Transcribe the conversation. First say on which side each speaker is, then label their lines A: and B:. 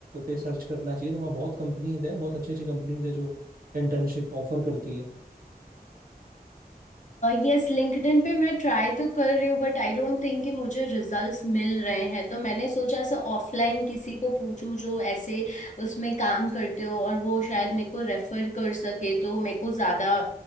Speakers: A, on the right; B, on the left.
A: पे सर्च करना चाहिए तो वहाँ बहुत कंपनीज है बहुत अच्छी अच्छी कंपनीज है जो इंटर्नशिप ऑफर करती है
B: यस लिंक्डइन पे मैं ट्राई तो कर रही हूँ बट आई डोंट थिंक कि मुझे रिजल्ट्स मिल रहे हैं तो मैंने सोचा ऐसा ऑफलाइन किसी को पूछूं जो ऐसे उसमें काम करते हो और वो शायद मेरे को रेफर कर सके तो मेरे को ज्यादा